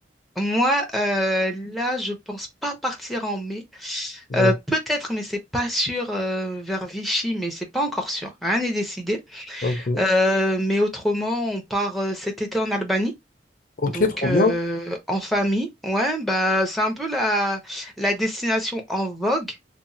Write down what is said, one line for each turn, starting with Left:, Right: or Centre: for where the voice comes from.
Centre: Moi, euh, là, je pense pas partir en mai.
Left: Ouais,
Centre: Euh, peut-être, mais c'est pas sûr euh, vers Vichy, mais c'est pas encore sûr. Rien n'est décidé.
Left: ok.
Centre: Euh, mais autrement, on part euh, cet été en Albanie.
Left: Ok,
Centre: Donc
Left: trop
Centre: euh,
Left: bien.
Centre: en famille, ouais, bah c'est un peu la, la destination en vogue